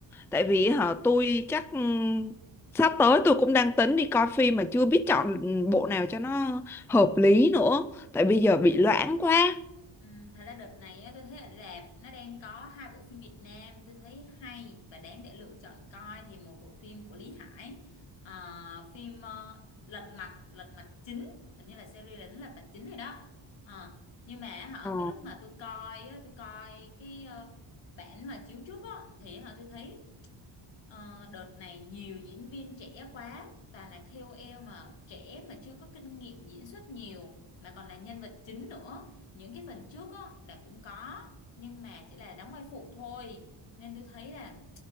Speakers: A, in the centre; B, on the left.
A: Tại vì hả tôi chắc ừm, sắp tới tôi cũng đang tính đi coi phim mà chưa biết chọn bộ nào cho nó hợp lý nữa, tại bây giờ bị loãng quá.
B: Ừ, thật ra đợt này á, tôi thấy ở rạp nó đang có hai bộ phim Việt Nam tôi thấy hay và đáng để lựa chọn coi thì một bộ phim của Lý Hải ờ, phim ờ, Lật Mặt Lật Mặt chính hình như là series là Lật Mặt chính rồi đó Ờ, nhưng mà hả
A: Ờ,
B: cái lúc mà tôi coi á, tôi coi cái ờ, bản mà chiếu trước á thì hả tôi thấy Ờ, đợt này nhiều diễn viên trẻ quá, toàn là KOL mà trẻ mà chưa có kinh nghiệm diễn xuất nhiều, mà còn là nhân vật chính nữa. Những cái phần trước á, là cũng có, nhưng mà chỉ là đóng vai phụ thôi. Nên tôi thấy là